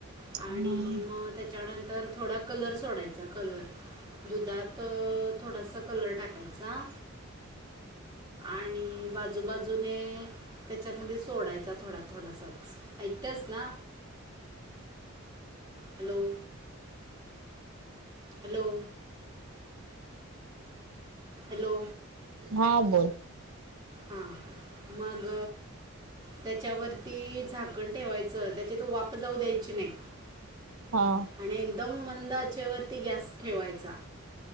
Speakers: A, on the right; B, on the right.
A: आणि
B: हम्म
A: मं त्याच्यानंतर थोडा कलर सोडायचा कलर. दुधात.. थोडास कलर टाकायचा, आणि बाजूबाजूने त्याच्यामध्ये सोडायचा. थोडा - थोडासाच. ऐकतंस ना, हॅलो! हॅलो! हॅलो!
B: हां, बोल.
A: हा, मग.. त्याच्यावरती.... झाकण ठेवायचं त्याची तं वाफच जाऊ द्यायची नाय.
B: हा
A: आणि एकद मंद आचेवरती गॅस ठेवायचा.